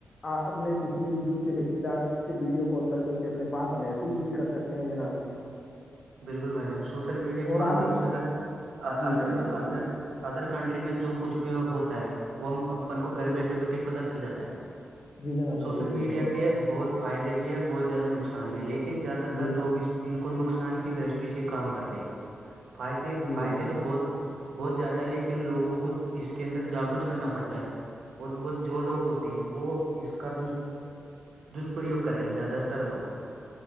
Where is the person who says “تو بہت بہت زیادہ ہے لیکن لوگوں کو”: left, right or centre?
Right